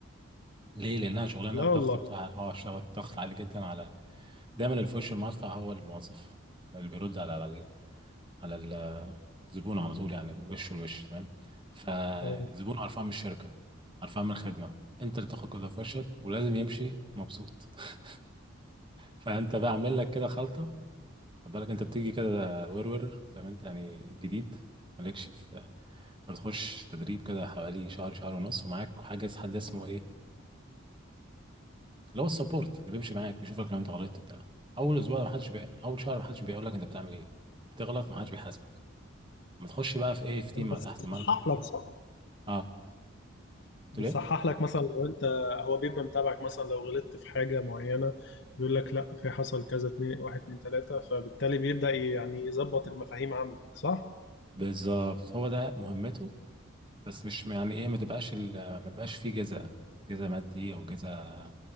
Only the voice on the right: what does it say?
ليه لانها شغلانه
الضغط
بتاعها اه شغل الضغط عالي جدا على دايما اللي في وش المدفع هو الموظف اللي بيرد على على ال- على الزبون على طول يعني وش لوش تمام فالزبون
قرفان من الشركة قرفان من الخدمة انت اللي تاخد كده في وشك ولازم يمشي مبسوط <laughs> فانت بقى عامل لك كده خلطة خد بالك انت بتيجي كده ورور فاهم انت يعني جديد مالكش في بتخش تدريب كده حوالي شهر شهر ونص ومعاك حاجه حد اسمه ايه اللي هو السبورت اللي بيمشي معاك بيشوفك لو انت غلطت بتاع اول اسبوع ما حدش بي... اول شهر ما حدش بيقول لك انت بتعمل ايه بتغلط ما حدش بيحاسبك لما تخش بقى في ايه في تيم
مع تحت
مانجر
اه
قلت له ايه
بالظبط هو ده مهمته بس مش يعني ايه ما تبقاش ال... ما يبقاش فيه جزاء جزاء مادي او جزاء